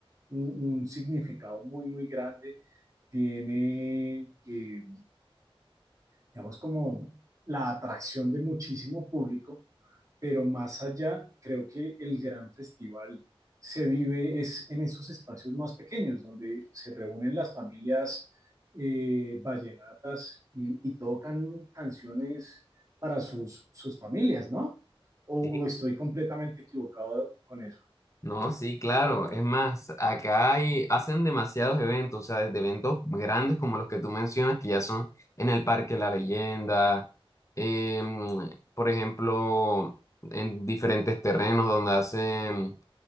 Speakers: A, on the right; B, on the left.
A: un, un significado muy, muy grande, tiene, eh, digamos, como la atracción de muchísimo público pero más allá, creo que el gran festival se vive es en esos espacios más pequeños, donde se reúnen las familias eh, vallenatas y, y, tocan canciones para sus, sus familias, ¿no? O,
B: sí,
A: o, estoy completamente equivocado con eso.
B: no, sí, claro, es más, acá hay, hacen demasiados eventos, o sea, desde eventos grandes como los que tú mencionas, que ya son en el Parque La Leyenda, em, por ejemplo, en diferentes terrenos donde hacen